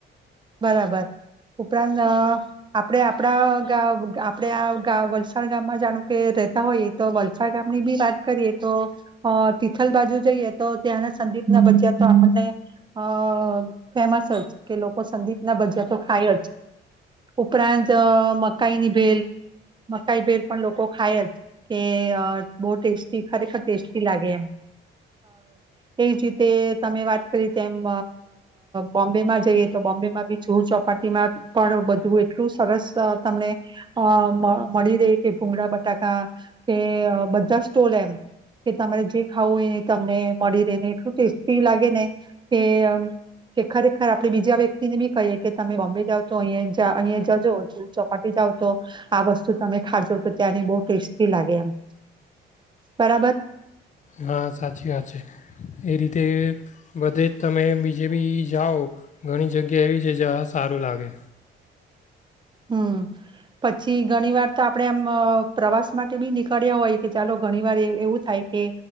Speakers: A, on the right (about 25°); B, on the left (about 40°).
A: બરાબર ઉપરાંત આપડે આપડા ગાવ આપણે આ વલસાડ ગામમાં જાણો કે રેતા હોઈએ તો વલસાડ ગામની ભી વાત કરીએ તો તિથલ બાજુ જઈએ તો ત્યાંના સંદીપ ના ભજિયા તો આપણને અ ફેમસ જ કે લોકો કો સંદીપના ભજયા તો ખાય જ ઉપરાંત મકાઈની ભેલ મકાઈ ભેલ પણ લોકો ખાય જ કે બહુ ટેસ્ટી ખરેખર ટેસ્ટી લાગે એમ એજ રીતે તમે વાત કરી તેમ બોમ્બેમાં જઈએ તો બોમ્બેમાં બી જુ ચોપાટીમાં પણ બધું એટલું સરસ તમને અ મ મળી રહે કે ભૂંગળા બટાકા કે બધા સ્ટોલ એમ કે તમારે જે ખાવું હોય એ તમને મળી રહે ને એટલું ટેસ્ટી લાગે ને કે ખરેખર આપને બીજે હવે વ્યક્તિને બી કહીએ કે તમે બોમ્બે જાઓ છો તો અ અહી જજો જ ચોપાટી જાવ તો આ વસ્તુ તમે ખાજો તો ત્યાંની બહુ ટેસ્ટી લાગે એમ બરાબર
B: હા સાચી વાત છે એ રીતે બધે જ તમે બીજે બી જાઓ ઘણી જગ્યા એવી છે જયાં સારું લાગે
A: હમ પછી ગણી વાર તો આપડે આમ પ્રવાસ માટે બી નીકળ્યા હોય કે ચાલો ઘણી વાર એવું થાય કે